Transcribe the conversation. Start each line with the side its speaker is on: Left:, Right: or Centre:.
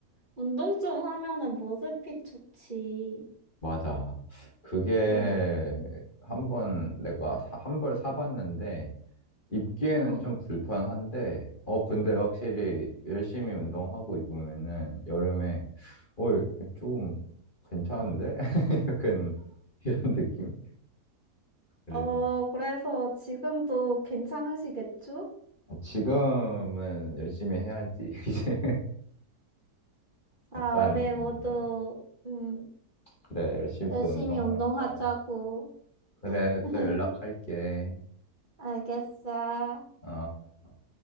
Right: 운동 좀 하면은 모습이 좋지.
Left: 맞아. 그게
Right: 응,
Left: 한번 내가 한 벌 사봤는데 입기에는
Right: 응.
Left: 좀 불편한데, 어, 근데 확실히 열심히 운동하고 입으면은 여름에, 어, 조금 괜찮은데? <laughs> 약간 이런 느낌? 그래서
Right: 어, 그래서 지금도 괜찮으시겠죠?
Left: 아, 지금은 열심히 해야지. <laughs> 이제
Right: 자,
Left: 약간,
Right: 우리
Left: 음,
Right: 모두, 음,
Left: 그래, 열심히
Right: 열심히
Left: 또 운동하러
Right: 운동하자고.
Left: 가야 그래,
Right: <laughs>
Left: 또 연락할게.
Right: 알겠어.
Left: 어.